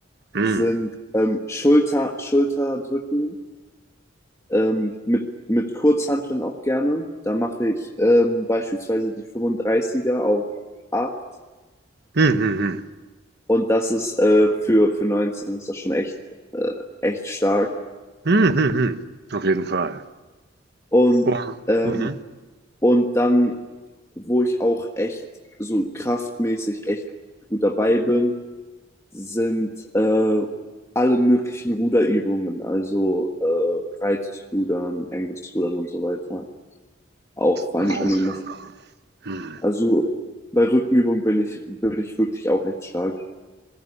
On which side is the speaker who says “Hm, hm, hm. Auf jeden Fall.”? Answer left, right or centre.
Right